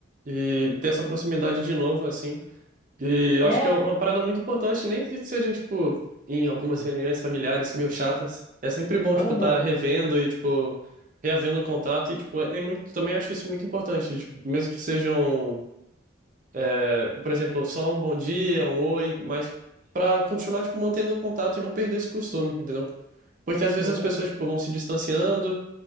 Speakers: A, on the right; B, on the left.
A: e ter essa proximidade de novo, assim, E eu
B: É,
A: acho que é uma parada muito importante, nem que sejam, tipo, em algumas reuniões familiares meio chatas. É sempre bom,
B: aham,
A: tipo, estar revendo e, tipo, reavendo o contato. E, tipo, é muito, também acho isso muito importante. Tipo, mesmo que sejam, é, por exemplo, só um bom dia, um oi, mas pra continuar, tipo, mantendo o contato e não perder esse costume, entendeu? Porque às vezes
B: sim.
A: as pessoas, tipo, vão se distanciando